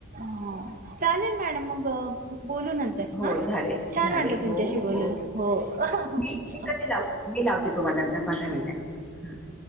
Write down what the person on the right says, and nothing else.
ह चालेल मॅडम मग बोलू नंत
हा
छान
वाटलं तुमच्याशी
बोलून
हो